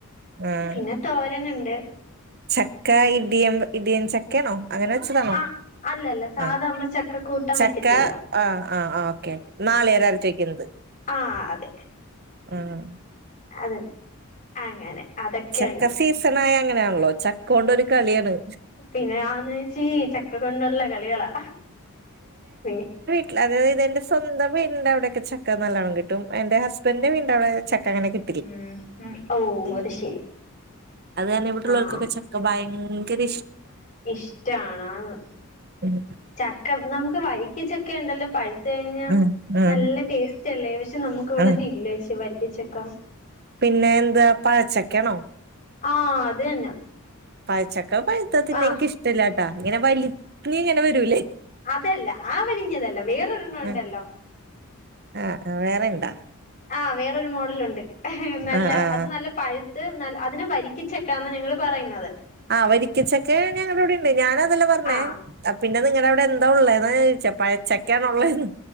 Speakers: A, on the right (about 45°); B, on the left (about 35°).
A: ആഹ്
B: പിന്നെ തോരന് ഇണ്ട്
A: ചക്ക ഇഡിയം ഇഡിയൻ ചക്കെണോ അങ്ങനെ വെച്ചതാണോ
B: ആ അല്ലല്ല സാധാ
A: ആഹ്
B: നമ്മൾ ചക്ക കൂട്ടാൻ
A: ചക്ക
B: വെക്കത്തില്ല
A: ആഹ് ആഹ് ഓക്കെ നാളികേരം അരച്ചോയ്ക്കുന്നത്
B: ആഹ് അതെ
A: ആഹ്
B: അതല്ലെ അങ്ങനെ അതൊക്കെയുണ്ട്
A: ചക്ക സീസണായ അങ്ങനെണല്ലോ ചക്കൊണ്ടൊരു കളിയാണ്.
B: പിന്നെആന്ന് വെച്ചീ ചക്കകൊണ്ടുള്ള കളികളാ വി
A: ക്ലവ് അതയത് എന്റെ സ്വന്തം വീടിന്റെ അവിടെയൊക്കെ ചക്ക നല്ലോണം കിട്ടും. എന്റെ ഹസ്ബന്റിന്റെ വീടിന്റെവിടെ ചക്ക അങ്ങനെ കി
B: ഉം ഉ ഓഹ് അത് ശരി.
A: അത് തന്നെ ഇവിടെള്ളോൽക്കൊക്കെ
B: ആ
A: ചക്ക ഭയങ്കര ഇഷ്
B: ഇഷ്ടാണോന്ന്,
A: ഉം
B: ചക്ക നമുക്ക് വൈ ഈ ചക്കയിണ്ടല്ലോ പഴുത്ത് കഴിഞ്ഞാ
A: ഉം ഉം
B: നല്ല ടേസ്റ്റ്ല്ലേ. പക്ഷെ നമ്മക്ക്തിവിടെ
A: ഉം
B: ഇല്ലേച്ചിയെ വരിക്കച്ചക്ക.
A: പിന്നെ എന്താ പഴച്ചക്കെണോ?
B: ആഹ് അത്‌ തന്നെ
A: പഴച്ചക്ക പഴുത്തത് തിന്നാ
B: ആ
A: ഇൻക് ഇഷ്ടല്ലാട്ടാ. ഇങ്ങനെ വലിഞ്ഞ്ങ്ങനെ വരൂല്ലേ.
B: അതല്ല, ആ വലിഞ്ഞതല്ല വേറൊരെണ്ണം
A: ആഹ്
B: ഉണ്ടല്ലോ.
A: ആഹ് ആ വേറെ ഇണ്ടാ?
B: ആഹ് വേറൊരു മോഡലുണ്ട് നല്ല
A: ആഹ് ആഹ്
B: അത് നല്ല പഴു ത്ത് നൽ അതിനെ വരിക്കച്ചക്കാന്ന ഞങ്ങള് പറയുന്നത്.
A: ആഹ് വരിക്കച്ചക്ക ഞങ്ങളിവിടെ ഇണ്ട്. ഞാനതെല്ല പറഞ്ഞേ.
B: ആ
A: അ പിന്നെ നിങ്ങടവിടെ എന്താ ഉള്ളെത് ചെ പഴച്ചക്കെണോ ഉള്ളെന്ന്.